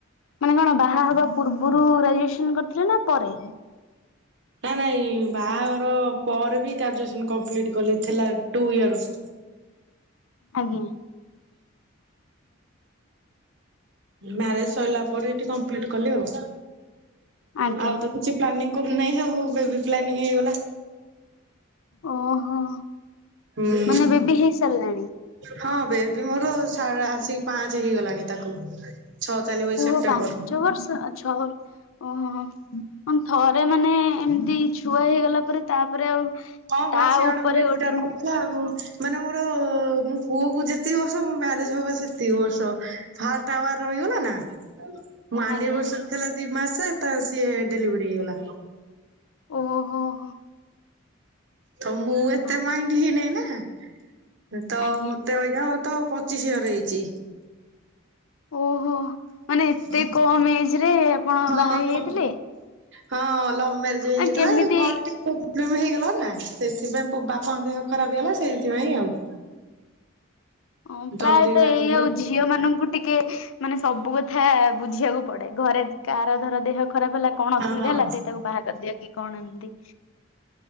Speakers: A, on the left; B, on the right.
A: ମାନେ କଣ ବାହା ହବା ପୂର୍ବରୁ ଗ୍ରାଜୁଏସନ କରିଥିଲେ ନା ପରେ?
B: ନା ନାଇ ବାହାର ପରେ ବି ଗ୍ରାଜୁଏସନ କମ୍ପ୍ଲିଟ୍ କଲି ଥିଲା ଟୁ ଇୟର୍।
A: ଆଜ୍ଞା।
B: ମ୍ୟାରେଜ୍ ସରିଲା ପରେ ଏଠି କମ୍ପ୍ଲିଟ୍ କଲି ଆଉ।
A: ଆଜ୍ଞା
B: ଆଉ ତ କିଛି ପ୍ଲାନିଂ କର ନାଇଁ ହଉ ହଉ ବେ ବି- ପ୍ଲାନିଙ୍ଗ ହେଇଗଲା।
A: ଓହୋ।
B: ହୁଁ,
A: ମାନେ ବେବି ହେଇ ସାରିଲାଣି
B: ହଁ ବେବି ମୋର ତାର ଆସିକି ପାଞ୍ଚ ହେଇଗଲାଣି ତାକୁ। ଛଅ ଚାଲିବ ଏଇ ସେପ୍ଟେମ୍ବର
A: ଓହୋ! ପାଞ୍ଚ ବର୍ଷ ଆ, ଛଅ ଓ ହଁ, ହଁ ଅ, ଥରେ ମାନେ ଏମତି ଛୁଆ ହେଇଗଲା ପରେ ତାପରେ ଆଉ
B: ହଁ ବା
A: ତା
B: ସିଆଡେ
A: ଉପରେ
B: ମୋ ଏଇଟା
A: ଗୋଟେ
B: ରହିଗଲା ଆଉ ମାନେ ମୋର ମୋ ପୁଅ କୁ ଯେତିକି ବର୍ଷ ମୋ ମ୍ୟାରେଜ୍ ହବା ସେତିକି ବର୍ଷ। ଫାଷ୍ଟ ଆୱାର ରହି <unintelligible> ନା ମୋ ଆନିବର୍ଷରି
A: ଆଜ୍ଞା
B: ଥିଲା ଦି ମାସ ତ ସିଏ ଡେଲିଭରି ହେଇଗଲା।
A: ଓହୋ ହୋ
B: ତ ମୁଁ ଏତେ
A: ହଁ
B: ମାଇଣ୍ଡ ହେଇନାହିଁ ନା। ତ
A: ଆଜ୍ଞା
B: ମୋତେ ଅବିକା ତ ପଚିଶି ଇୟର୍ ହେଇଛି।
A: ଓହୋ ମାନେ ଏତେ
B: ହଁ,
A: କମ ଏଜ ରେ ଆପଣ
B: ହଁ,
A: ବାହା ହେଇଯାଇଥିଲେ
B: ହଁ ଲଭ୍ ମେରେ ଜ ହେଇଯାଇଥିଲା।
A: ଆ କେମିତି
B: ଘରେ ଟିକେ ପ୍ରବ <unintelligible> ହେଇଗଲା ନା ସେଥିପାଇଁ ତ ବାପାଙ୍କ ଦେହ ଖରାପ ହେଇଗଲା ସେଇଥିପାଇଁ ଆଉ।
A: ଅଁ,
B: ଜଲଦି
A: ପ୍ରାୟତ
B: ବାହା
A: ଏଇ
B: ହେଇଗଲି
A: ଆଉ ଝିଅ ମାନଙ୍କୁ ଟିକେ ମାନେ ସବୁ କଥା ବୁଝିବାକୁ ପଡେ। ଘରେ କାର ଧର ଦେହ ଖ ଖରାପ ହେଲା କଣ ଅସୁବିଧା
B: ଆଉ ହଁ
A: ହେଲା ଦେ ତାକୁ ବାହା କରିଦିଅ କି କଣ ଏମତି।